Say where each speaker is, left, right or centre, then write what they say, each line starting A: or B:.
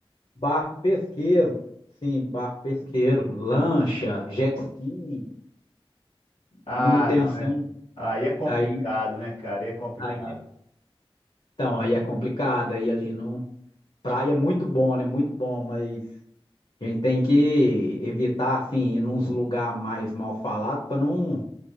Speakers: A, on the left; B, on the left.
A: barco pesqueiro. Sim, barco pesqueiro, lancha, jet ski,
B: Ah,
A: a manutenção.
B: não, é. Aí é complicado,
A: Aí,
B: né, cara? Aí é complicado.
A: aí, então, aí é complicado. Aí ali no praia é muito bom, né? Muito bom, mas A gente tem que evitar, assim, ir nos lugares mais mal falados para não,